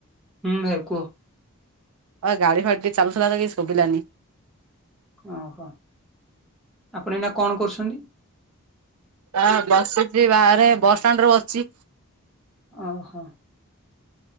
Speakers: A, in the centre; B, on the right.
A: ହୁଁ ଭାଇ କୁହ।
B: ଆ ଗାଡ଼ି ଫାଡ଼ି ଟିକେ ଚାଲୁଥିଲାତ କିଛି ସୁବିଲାନି।
A: ଓହୋ ଆପଣ ଏଇନା କଣ କରୁଛନ୍ତି?
B: ହଁ ବସିଚି ବାହାରେ ବସଷ୍ଟାଣ୍ଡରେ ବସିଚି।
A: ଓହୋ।